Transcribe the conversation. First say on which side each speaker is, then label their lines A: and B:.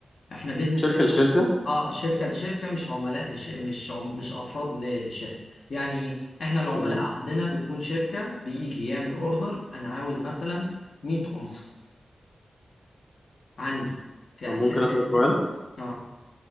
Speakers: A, on the left (about 80°); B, on the left (about 40°).
A: احنا بيزنس
B: شركه لشركه
A: اه شركه لشركه مش عملاء لش... مش عم... مش افراد ل... لشركه يعني ايه احنا العملاء
B: تمام
A: عندنا
B: تمام
A: بتكون شركه بيجي يعمل اوردر انا عاوز مثلا 100 اونصه عندي في على
B: طب ممكن
A: السيستم
B: اسال
A: بتاعي
B: سؤال
A: اه